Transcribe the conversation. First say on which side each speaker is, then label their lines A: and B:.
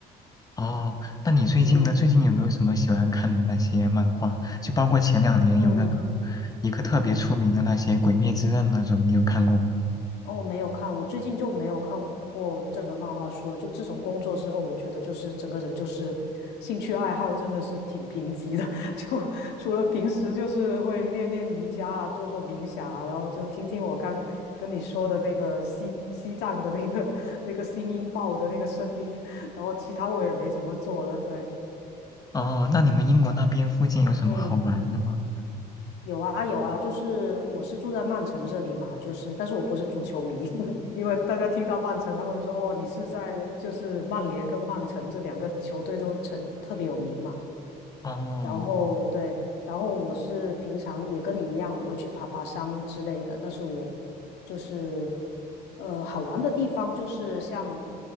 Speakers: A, on the left; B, on the left.
A: 哦，那你最近呢？
B: 嗯
A: 最近有没有什么喜欢看的那些漫画？就包括前两年有那个
B: 嗯
A: 一个特别出名的那些《鬼灭之刃》那种，你有看过吗？
B: 哦，没有看，我最近就没有看过任何漫画书了。就自从工作之后，我觉得就是整个人就是兴趣爱好真的是挺贫瘠的。<laughs> 就除了平时就是会练练瑜伽啊，做做冥想啊，然后就听听我刚跟你说的那个西西藏的那个 <laughs> 那个新音报的那个声音，<laughs> 然后其他我也没怎么做了。对，
A: 哦，那你们英国那边附近有什么好玩的吗？
B: 嗯。有啊有啊，就是我是住在曼城这里嘛，就是但是我不是足球迷，<laughs> 因为大家听到曼城，他们就说哦，你是在就是曼联跟曼城这两个球队都成特别有名嘛，
A: 哦。
B: 然后对，然后我是平常也跟你一样，我会去爬爬山之类的，但是我就是，呃，好玩的地方就是像，